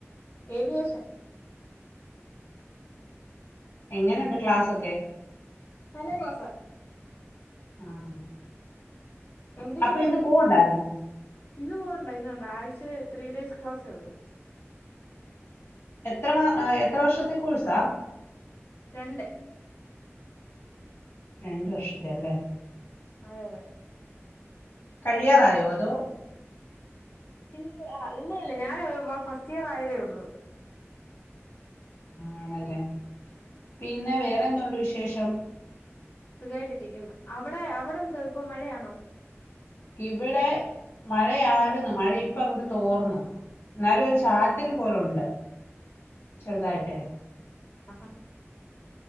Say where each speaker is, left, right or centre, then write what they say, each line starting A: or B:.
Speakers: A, on the left; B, on the left.
A: ഏവിയേഷൻ.
B: എങ്ങനെയുണ്ട് ക്ലാസ് ഒക്കെ?
A: നല്ലെ ക്ലാസ്സ
B: ആഹ്
A: എന്ത് ചെയ്യുവായിരുന്നു
B: അപ്പോ ഇന്ന് പൂവണ്ടായിരുന്നോ?
A: ഇന്ന് പോവണ്ട ഇന്ന് വേണ്ട ആഴ്ച്ച ത്രീ ഡേയ്സ് ക്ലാസ്സേ ഉള്ളു.
B: എത്ര മാ എത്ര വർഷത്തെ കോഴ്സാ?
A: രണ്ട്.
B: രണ്ട് വർഷത്തെ അല്ലേ?
A: അതെ അതെ
B: കഴിയാറായോ അതോ
A: ഇല്ല ഇല്ല ഇല്ല ഞാൻ ഫസ്റ്റ് ഇയർ ആയതേ ഒള്ളൂ
B: ആണല്ലേ പിന്നെ വേറെന്തോണ്ട് വിശേഷം
A: സുഖമായിട്ടിരിക്കുന്നു അവിടെ അവിടെ എന്തോ ഇപ്പൊ മഴയാണോ?
B: ഇവിടെ മഴയ ആരുന്നു മഴ ഇപ്പ കൂടി തോർന്നു ഇന്നാല്ലൊരു ചാറ്റൽ പോലുണ്ട് ചെറുതായിട്ടേ
A: ആഹാ